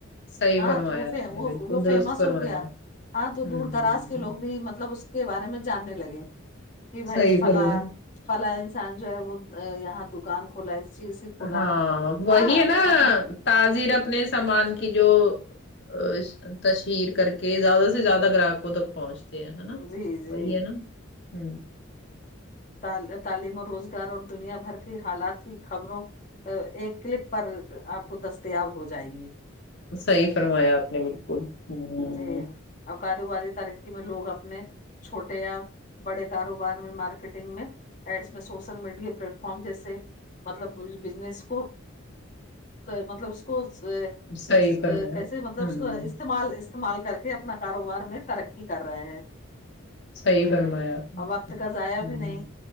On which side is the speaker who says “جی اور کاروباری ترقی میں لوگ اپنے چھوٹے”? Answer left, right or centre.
Left